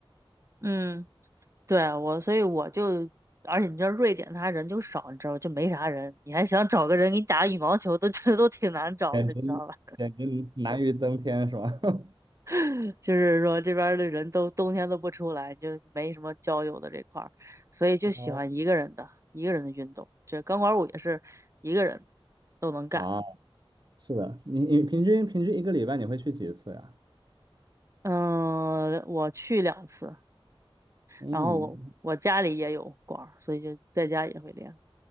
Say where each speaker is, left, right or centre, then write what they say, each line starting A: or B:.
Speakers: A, on the right; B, on the right.
A: 嗯，对我，所以我就，而且你知道瑞典他人就少，你知道吧，就没啥人，你还想找个人给你打羽毛球都觉得都挺难找的，
B: <laughs> 简直简直难于登天是吧？
A: 你知道吧？
B: <laughs>
A: <laughs> 就是说这边儿的人都冬天都不出来，就没什么交友的这块儿，所以就喜欢一个人的一个人的运动，
B: 哦，
A: 这钢管舞也是一个人都能干。
B: 啊。是的，你你平均平均一个礼拜你会去几次呀？
A: 嗯，我去两次，
B: 嗯，
A: 然后我我家里也有管，儿，所以就在家也会练。